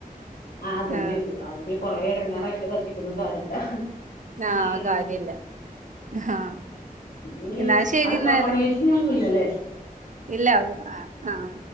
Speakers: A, on the left (about 80°); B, on the right (about 55°).
A: ആഹ് അതന്നെ
B: ആ
A: വരൊള്ളൂ അത് പിന്നെ കൊറെ എടങ്ങാറായിട്ട് താക്കിട്ടൊന്നും കാര്യല്ല.
B: ആ
A: അത്രയൊള്ളൂ
B: കാര്യല്ല ആ
A: ഇഞ്
B: എന്നാ ശരി
A: അടക്കളപ്പണി
B: എന്നാല്
A: ഇഞ്ഞൊന്നുല്ല ലേ
B: ഇല്ല അഹ് അഹ്